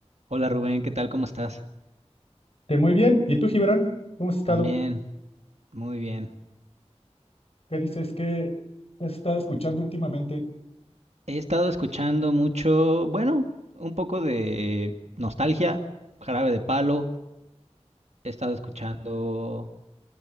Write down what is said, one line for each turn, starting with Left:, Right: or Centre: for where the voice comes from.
Right: Hola Rubén, ¿qué tal? ¿Cómo estás?
Left: Eh, muy bien. ¿Y tú, Gibran? ¿Cómo has estado?
Right: También, muy bien.
Left: ¿Qué dices? ¿Qué has estado escuchando últimamente?
Right: He estado escuchando mucho, bueno, un poco de nostalgia, Jarabe de Palo, he estado escuchando